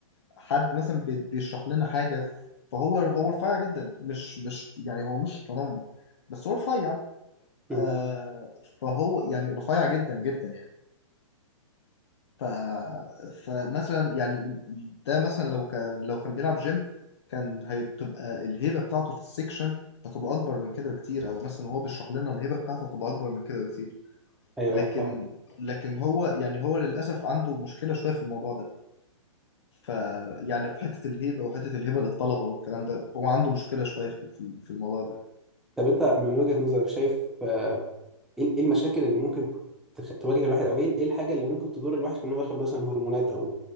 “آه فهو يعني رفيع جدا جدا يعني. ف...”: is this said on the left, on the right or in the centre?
Left